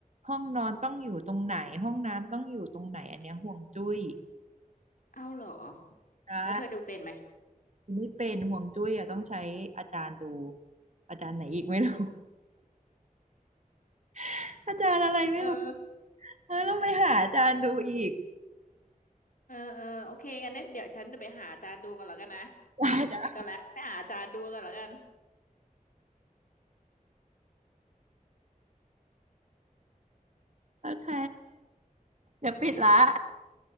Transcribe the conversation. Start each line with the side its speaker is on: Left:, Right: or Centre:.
Right: ห้องนอนต้องอยู่ตรงไหนห้องน้ำต้องอยู่ตรงไหนอันเนี้ยห่วงจุ้ย
Left: เอ้าเหรอ
Right: ใช่
Left: แล้วเธอดูเป็นไหม
Right: ไม่เป็นห่วงจุ้ยอ่ะต้องใช้อาจารย์ดูอาจารย์ไหนอีกไม่รู้
Left: อืม
Right: <laughs> อาจารย์อะไรไม่รู้
Left: เออ
Right: เออต้องไปหาอาจารย์ดูอีก
Left: เออเออโอเคงั้นเดี๋ยวฉันจะไปหาอาจารย์ดูก่อนแล้วกันนะอืมไปก่อนละไปหาอาจารย์ดูก่อนแล้วกัน
Right: <laughs> ได้ไดะโอเคเดี๋ยวปิดละ